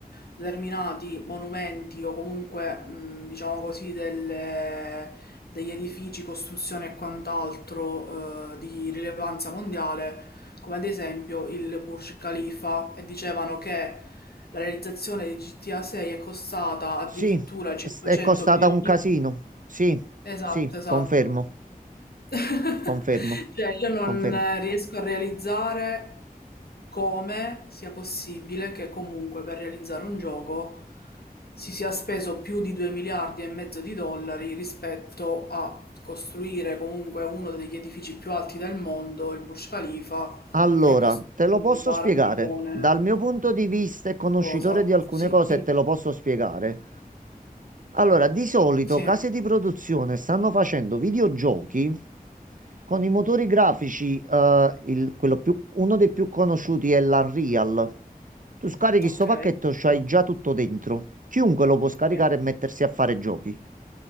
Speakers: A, on the left; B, on the right.
A: determinati monumenti o comunque, mh, diciamo così, delle- degli edifici, costruzioni e quant'altro, eh, di rilevanza mondiale, come ad esempio il Burj Khalifa, e dicevano che la realizzazione di GTA 6 è costata addirittura
B: sì,
A: 500
B: s- è costata
A: milioni.
B: un casino. Sì,
A: Esatto,
B: sì,
A: esatto.
B: confermo,
A: <laughs>
B: confermo,
A: Cioè, io non
B: confermo.
A: riesco a realizzare come sia possibile che comunque per realizzare un gioco si sia speso più di 2 miliardi e mezzo di dollari rispetto a costruire comunque uno degli edifici più alti del mondo, il Burj Khalifa,
B: Allora,
A: che costa
B: te lo posso
A: mi pare
B: spiegare.
A: un milione
B: Dal
A: e
B: mio punto di vista e conoscitore
A: qualcosa.
B: di alcune
A: Sì,
B: cose,
A: dimmi.
B: te lo posso spiegare. Allora, di solito
A: Sì,
B: case di produzione stanno facendo videogiochi con i motori grafici, eh, il- quello più- uno dei più conosciuti è l'Unreal. Tu scarichi
A: ok,
B: sto pacchetto, c'hai già tutto dentro. Chiunque lo può scaricare
A: sì,
B: e mettersi a fare giochi.